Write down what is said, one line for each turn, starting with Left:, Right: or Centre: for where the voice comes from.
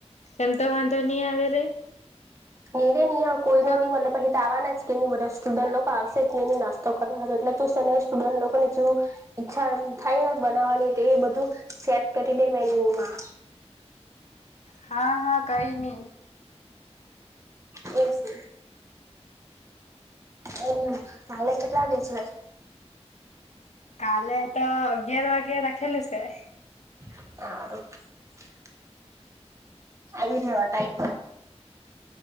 Left: એમ તો વાંધો નહી આવે રે.
Right: નીરે નહી કોઈ ન
Left: હા
Right: મલે પછી તોવાના જ કે નહી બધા સ્ટુડન્ટ લોકો આવશે જ. નાસ્તો કરવા એટલે તુંને સ્ટુડન્ટ લોકોને ઈચ્છા એમ થાયને બનાવાની બધ તું સેટ કરી દે મેન્યુમાં.
Left: હા હા કઈ નહી.
Right: બસો. એ કાલે કેટલા વાગે છે?
Left: કાલે તો અગિયાર વાગ્યા રાખે લઈશે.
Right: <unintelligible> આવી રેવા ટાઈ.